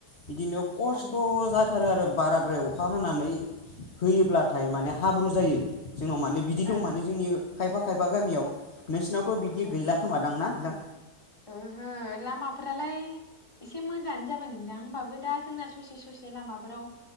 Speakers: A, on the left; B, on the left.
A: बिदिनो खस्थ'
B: ओं
A: जाथारो आरो बाराद्राय अखा हानानै होयोब्लाथाय माने हाब्रु जायो। जोंनाव माने बिदि
B: ओं
A: दं माने जोंनि खायफा खायफा गामियाव नोंसिनाव थ' बिदि
B: ओं
A: गैला। थांना दां
B: ओहो लामाफ्रालाय एसे मोजाङानो जाबाय नोंथां। होमबाबो दा जोंना ससे ससे लामाफोराव